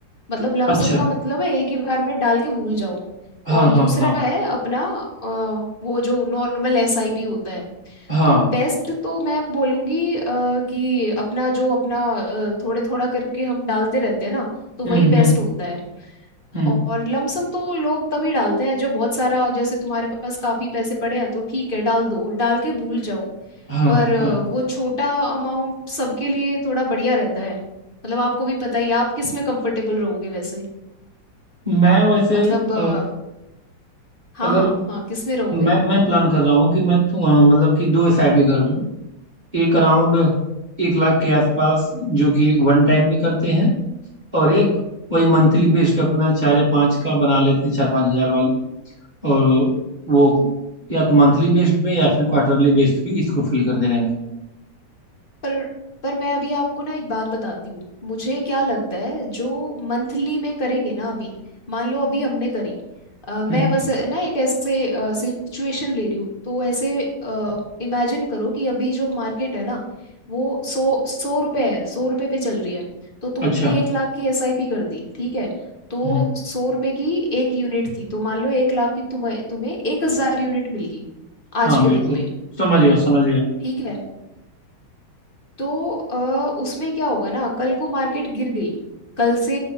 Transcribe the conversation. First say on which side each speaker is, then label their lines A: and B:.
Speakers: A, on the left; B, on the right.
A: मतलब लमसम
B: अच्छा
A: का मतलब है एक ही बार में डाल के भूल जाओ
B: हाँ
A: और
B: हाँ
A: दूसरा
B: हाँ
A: है अपना अ, वो जो नॉर्मल एसआईपी होता है
B: हाँ
A: तो बेस्ट तो मैं बोलूंगी अ, कि अपना जो अपना थोड़े थोड़ा करके हम डालते रहते हैं ना तो वही
B: हम्म
A: बेस्ट
B: हम्म
A: होता है
B: हम्म
A: और लमसम तो लोग तभी डालते हैं जब बहुत सारा जैसे तुम्हारे पास काफी पैसे पड़े हैं तो ठीक है डाल दो डाल के भूल जाओ
B: हाँ
A: पर अ,
B: हाँ
A: वो छोटा अमाउंट सबके लिए थोड़ा बढ़िया रहता है मतलब आपको भी पता ही है, आप किस में कंफर्टेबल रहोगे वैसे
B: मैं वैसे
A: मतलब अ,
B: अ,
A: हाँ
B: अगर
A: हाँ हाँ किस में रहोगे
B: मैं मैं प्लान कर रहा हूँ कि मैं थो- अ, मतलब कि दो एसआईपी कर दूँ एक अराउंड एक लाख के आसपास जो कि वन टाइम में करते हैं और एक वही मंथली बेस्ड अपना चार या पाँच का बना लेते हैं चार पाँच हजार वाली और वो या तो मंथली बेस्ड पे या फिर क्वार्टरली बेस्ड पे इसको फिल करते रहेंगे
A: पर पर मैं अभी आपको ना एक बात बताती हूँ मुझे क्या लगता है जो मंथली में करेंगे ना अभी मान लो अभी हमने करी अ, मैं
B: हम्म
A: बस अ, ना एक ऐसे सिचुएशन ले रही हूँ तो ऐसे इमेजिन करो कि अभी जो मार्केट है ना वो सौ सौ रुपए है सौ रुपए पे चल रही है तो तुमने
B: अच्छा
A: एक लाख की एसआईपी कर दी ठीक है तो
B: हम्म
A: सौ रुपए की एक यूनिट थी तो मान लो एक लाख की तुम्हें तुम्हें एक हजार यूनिट मिल गई
B: हाँ
A: आज के
B: बिल्कुल
A: दिन पे
B: समझ गया समझ गया
A: ठीक है तो अ, उसमें क्या होगा ना कल को मार्केट गिर गई कल से